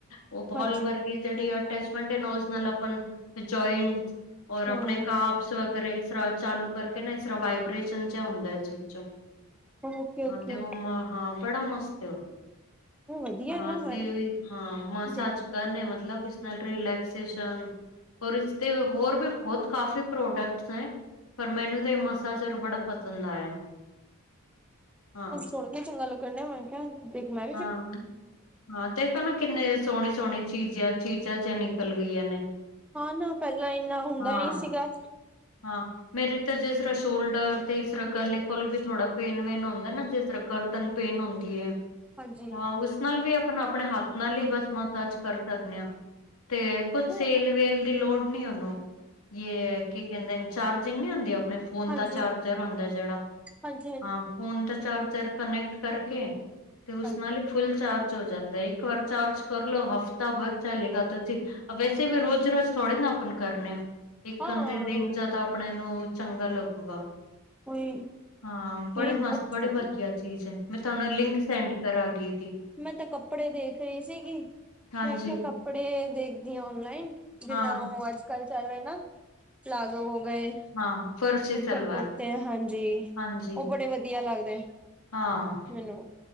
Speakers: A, on the left; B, in the centre.
A: ਉਹ ਬੋਲ
B: ਹਾਂਜੀ
A: ਵਰਗੇ ਜਿਹੜੀ ਅਟੈਚਮੈਂਟ ਐ, ਉਸ ਨਾਲ ਆਪ ਜਇੰਟ ਔਰ
B: ਹਾਂ
A: ਆਪਣੇ
B: ਹਾਂ
A: ਕਾਪਸ ਇਸ ਤਰ੍ਹਾਂ ਚਾਲੂ ਕਰਕੇ ਨਾ, ਇਸ ਤਰ੍ਹਾਂ ਵਾਈਬ੍ਰੇਸ਼ਨ ਚ ਹੁੰਦਾ, ਇਸ ਵਿੱਚੋਂ
B: ਓਕੇ ਓਕੇ
A: ਹਾਂ, ਤੇ ਉਹ ਮਹਾ, ਬੜਾ ਮਸਤ ਏ ਉਹ
B: ਵਧੀਆ
A: ਹਾਂ,
B: ਨਾ ਮੈਂ
A: ਤੇ, ਹਾਂ, ਮਸਾਰਜ
B: ਦੇਖ
A: ਕਰਨੇ, ਮਤਲਬ ਤੁਸੀ ਨਾਲ ਰੀਲੈਕਸੇਸ਼ਨ, ਹੋਰ ਇਸਤੇ ਹੋਰ ਵੀ ਬਹੁਤ ਕਾਫ਼ੀ ਪ੍ਰੋਡਕਟਸ ਹੈ। ਪਰ ਮੈਨੂੰ ਤੇ, ਇਹ ਮਸਾਰਜਰ ਬੜਾ ਪਸੰਦ ਆਇਆ ਹਾਂ
B: ਹੁਣ ਕੀ, ਚੰਗਾ ਲੱਗਣ ਡਿਆ, ਮੈਂ ਕੇਹਾ ਦਿ ਮ <inaudible>
A: ਹਾਂ, ਹਾਂ ਦੇਖ ਤਾਂ ਮੈਂ ਕਿੰਨੇ ਸੋਹਣੇ -ਸੋਹਣੇ ਚੀਜ਼ਾਂ -ਚੀਜ਼ਾਂ ਚ ਨਿਕਲ ਗਈਆਂ ਨੇ।
B: ਹਾਂ ਨਾ, ਪਹਿਲਾਂ ਇੰਨਾ ਹੁੰਦਾ
A: ਹਾਂ
B: ਨੀ ਸੀਗਾ
A: ਹਾਂ, ਮੇਰੇ ਤਾਂ ਜਿਸ ਤਰ੍ਹਾਂ ਸ਼ੋਲਡਰ ਤੇ, ਇਸ ਤਰ੍ਹਾਂ ਗਲੇ ਕੋਲ ਵੀ ਥੋੜਾ ਪੇਨ- ਵੇਨ ਹੁੰਦਾ ਨਾ, ਜਿਸ ਤਰ੍ਹਾਂ ਗਰਦਨ ਪੇਨ ਹੁੰਦੀ ਹੈ।
B: ਹਾਂਜੀ।
A: ਹਾਂ, ਉਸ ਨਾਲ ਵੀ, ਆਪਾਂ ਆਪਣੇ ਹੱਥ ਨਾਲ ਇ, ਬਸ ਮਸਾਰਜ ਕਰ ਸਕਦੇਨੇ ਆਂ। ਤੇ, ਕੁੱਝ ਸੇਲ-
B: ਹਾਂਜੀ,
A: ਵੇਲ ਦੀ ਲੋੜ ਨੀ ਉਹਨੂੰ ਯੇ ਕੀ ਕਹਿੰਦੇ ਨੇ, ਚਾਰਜਿੰਗ ਨੀ ਹੁੰਦੀ ਆਪਣੇ ਫੋਨ
B: ਹਾਂਜੀ,
A: ਦਾ ਚਾਰਜਰ ਹੁੰਦਾ ਜਿਹੜਾ,
B: ਹਾਂਜੀ,
A: ਹਾਂ ਫੋਨ ਦਾ ਚਾਰਜਰ ਕਨੈਕਟ ਕਰਕੇ, ਤੇ ਉਸ
B: ਹਾਂਜੀ
A: ਨਾਲ ਫੁੱਲ ਚਾਰਜ ਹੋ ਜਾਂਦਾ, ਇੱਕ ਵਾਰ ਚਾਰਜ ਕਰ ਲਓ, ਹਫ਼ਤਾ ਭਰ ਚਲੇਗਾ, ਤੁਸੀਂ ਵੈਸੇ ਵੀ ਰੋਜ਼ ਰੋਜ਼ ਥੋੜ੍ਹੇ ਨਾ, ਆਪਨ ਕਰਨੇ ਆ, ਇੱਕ
B: ਹਾਂ
A: ਕਦੇ ਤਾਂ, ਆਪਣੇ ਨੂੰ ਚੰਗਾ ਲੱਗੂਗਾ,
B: ਕੋਈ
A: ਹਾਂ, ਬੜੇ
B: ਨਹੀਂ
A: ਮਸਤ,
B: ਬਹੁਤ
A: ਬੜੀ ਵਦੀਆ। ਚੀਜ਼ ਹੈ, ਮੈਂ ਤੁਹਾਨੂੰ ਲਿੰਕ ਸੈਂਡ ਕਰਾਂਗੀ ਦੀ
B: ਮੈਂ ਤੇ ਕੱਪੜੇ ਦੇਖ ਰਹੀ ਸੀਗੀ।
A: ਹਾਂਜੀ
B: ਮੈਂ ਕਿਹਾ ਕੱਪੜੇ ਦੇਖਦੀ ਆਂ, ਔਨਲਾਈਨ ਜਿੱਦਾਂ
A: ਹਾਂ
B: ਔ ਅੱਜ ਕੱਲ ਚੱਲ ਰਹੇ ਨਾ, ਪਲਾਜ਼ੋ ਹੋ ਗਏ
A: ਹਾਂ ਫਰਸ਼ੀ
B: ਉਪਰ
A: ਸਲਵਾਰ
B: ਕੁੜਤੇ ਹਾਂਜੀ,
A: ਹਾਂਜੀ
B: ਉਹ ਬੜੇ ਵਧੀਆ ਲੱਗਦੇ
A: ਹਾਂ,
B: ਮੈਨੂੰ